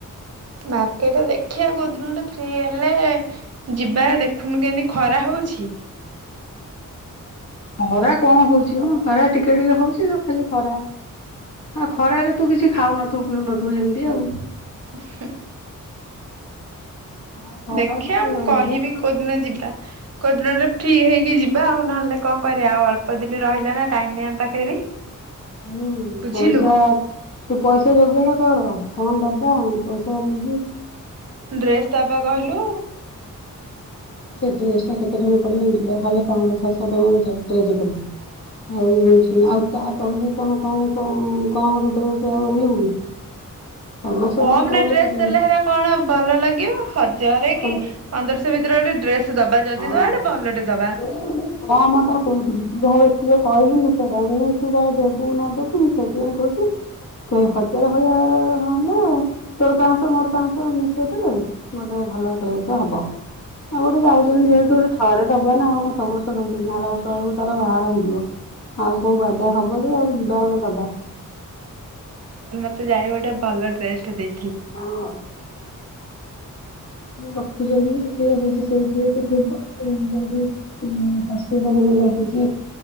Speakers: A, on the right (about 50°); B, on the left (about 55°).
A: ମାର୍କେଟ ଦେଖିବା କୋଉ ଦିନ ଗୋଟେ ଫ୍ରୀ ହେଲେ ଯିବା ଦେଖୁନୁ କେମତି ଖରା ହଉଛି।
B: ଖରା କଣ ହଉଛି ଖରା। ଟିକେ ଟିକେ ହଉଛି ଯୋଉ ଖାଲି ଖରା ଆ ଖରାରେ ତୁ କିଛି ଖାଉନଥିବୁ ପିଉନଥିବୁ ଯେମିତି ଆଉ।
A: ହୁଁ
B: ଆଉ ଖରାକୁ
A: ଦେଖିବା ମୁଁ
B: ଏଇ
A: କହିବି
B: ଖରା
A: କୋଉଦିନ ଯିବା କୋଉଦିନରେ ଫ୍ରି ହେଇକି ଯି ଏବେ ଆଉ ନହେଲେ କଣ କରିବା ଆଉ ଅଳ୍ ଦିନ ରହିଲା ନା ଟାଇମ ନାଇଁ ଆମ ପାଖରେ ବି।
B: ହୁଁ
A: ବୁଝିଲୁ
B: ପଇସା ତୁ ପଇସା ଯୋଗାଡ କର। କଣ ଦବା ପଇସା ନେବି।
A: ଡ୍ରେସ୍ ଦବା କହିଲୁ?
B: ଡ୍ରେସ୍ ଟା କେତେ ଟଙ୍କା ପଡିବ ଯ ହେଲେ ପାଞ୍ଚଶହ ସାତଶହ ଟଙ୍କାର ଟ୍ରେସ ପଡିବ। ଆଉ ଆଉ ତା ତଳୁକୁ କଣ କମ କାମରେ ଡ୍ରେସ ଆଉ ଆଣିବୁ କି ପାଞ୍ଚଶହ
A: କମ
B: ଟଙ୍କା ତଳକୁ
A: ରେଟ୍ ରେ ଦେଲେ ହେଲେ କଣ ଭଲ ଲାଗିବ ହ ଯାହାରରେ
B: ଆଉ
A: କି ପନ୍ଦରଶହ ଭିତରେ ଗୋଟେ ଡ୍ରେସ ଦବା ଯଦି
B: ହଁ
A: ଦବା ଗୋଟେ ଭଲଟେ ଦବା
B: ସେଇ ମୁଁ କମ ଟା କହୁଥିଲି ତୁ ଯାହା ଏତିକ କହିଲୁ ମୁଁ ହଉ ତୁ ଯାହା ଦେବୁ ନଦବୁ ମୁଁ ସେଇଥିପାଇଁ କହୁଛି ସେ ହଜାର ଭଳିଆ ହେଲେ ତୋର ପାଞ୍ଚଶହ ମୋର ପାଞ୍ଚଶହ ମିଶେଇ ଦେଲେ ଗୋଟେ ଭଲ ଡ୍ରେସ ହବ। ହଉ ମୁଁ ଯାଉଛି। ଯେହେତୁ ଗୋଟେ ଥରେଦବା ନା ଆଉକଣସବୁ ବର୍ଷ ଦଉଛନ୍ତି ଆର ବର୍ଷ ଗୋ ବାହାର ହେଇଛି। ଆଉ କୋଉ ବାଦ ହବ ଯେ ଆଉ ଯିବା ଆମେ ବାଦ
A: ତ ଯାଇହଉ ଗୋଟେ ଭଲ ଡ୍ରେସ ଟେ ଦେଇ
B: ହଁ। ରଖୁଛନ୍ତି ସେ ହଉଛି ସେଇଥି ତ ଥିବ ଶଶୁର ମାନେ ରଖୁଛି